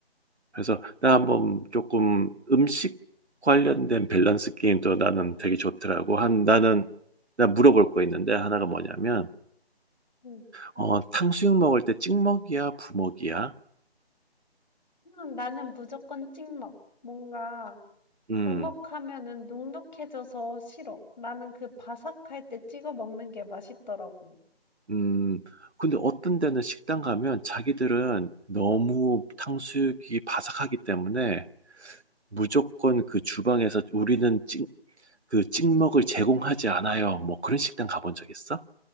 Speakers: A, on the right; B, on the left.
A: 그래서 나 한번 조금 음식 관련된 밸런스 게임도 나는 되게 좋더라고. 한 나는 나 물어볼 거 있는데 하나가 뭐냐면
B: 응.
A: 어 탕수육 먹을 때 찍먹이야, 부먹이야?
B: 음, 나는 무조건 찍먹. 뭔가,
A: 음.
B: 구먹하면은 눅눅해져서 싫어. 나는 그 바삭할 때 찍어 먹는 게 맛있더라고.
A: 음. 근데 어떤 데는 식당 가면 자기들은 너무 탕수육이 바삭하기 때문에 무조건 그 주방에서 우리는 찍, 그 찍먹을 제공하지 않아요. 뭐 그런 식당 가본 적 있어?